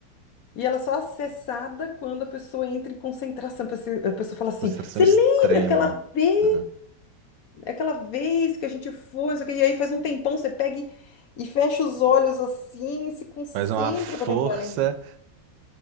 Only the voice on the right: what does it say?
Concentração
extrema.
Aham.
Faz uma força,